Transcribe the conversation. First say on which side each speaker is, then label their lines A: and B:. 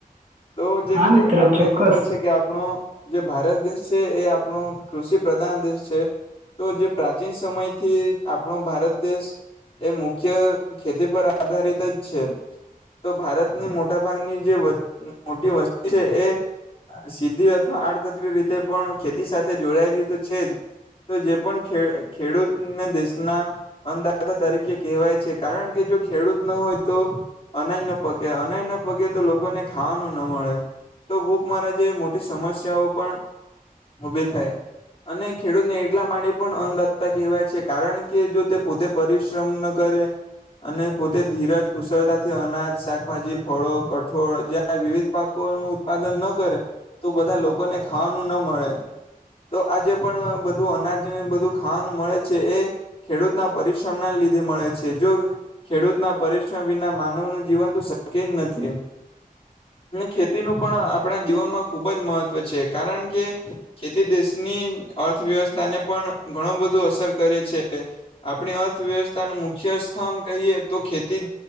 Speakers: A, on the left; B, on the right.
A: તો જે
B: હા મિત્ર
A: આપણે
B: ચોક્કસ
A: ખબર છે કે આપણો જે ભારત દેશ છે એ આપણો કૃષિ પ્રધાન દેશ છે. તો જે પ્રાચીન સમયથી આપણો ભારત દેશ એ મુખ્ય ખેતી પર આધારિત જ છે તો ભારતની મોટા ભાગની જે મોટી વસ્તુ છે એ સીધી અથવા આડકતરી રીતે પણ ખેતી સાથે તે જોડાયેલી તો છે જ જે પણ ખેડૂતને દેશના અનદાતા તરીકે કહેવાય છે કારણ કે જો ખેડૂત ન હોય તો અનાજ ન પાકે અનાજ ન પાકે તો લોકોને ખાવાનું ના મળે તો ભૂખ મારા જેવી મોટી સમસ્યાઓ પણ ઉભી થ અને ખેડૂતને એટલા માટેમાં પણ અનદાતા કહેવાય છે કારણ કે જો તે પોતે પરિશ્રમ ન કરે અને પોતે ધીરજ કુશળતાથી અનાજ શાકભાજી ફળો કઠોળ જ્યાં વિવિધ પાકોનું ઉત્પાદન ન કરે તો બધા લોકોને ખાવાનું ન મળે તો આજે પણ બધું અનાજ બધું ખાવાનું મળે છે. એ ખેડૂતના પરિશ્રમ ના લીધે મળે છે. જો ખેડૂતના પરિશ્રમ વિના માનવનું જીવન તો શક્ય જ નથી. ખેતીનું પણ આપણા જીવનમાં ખૂબ જ મહત્વ છે કારણ કે ખેતી દેશની અર્થવ્યવસ્થાને પણ ઘણું બધો અસર કરે છે. આપણી અર્થવ્યવસ્થાનો મુખ્ય સ્તંભ કહીએ તો ખેતી